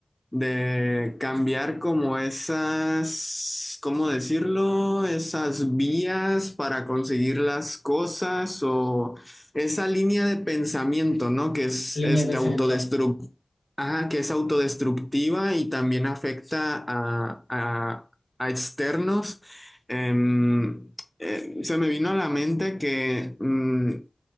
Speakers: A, in the centre; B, on the left.
A: de cambiar como esas, ¿cómo decirlo? Esas vías para conseguir las cosas o esa línea de pensamiento, ¿no? Que es
B: Línea
A: este
B: de pensamiento.
A: autodestructiva. Ajá, que es autodestructiva y también afecta a, a- a externos. Em, eh, se me vino a la mente que mm,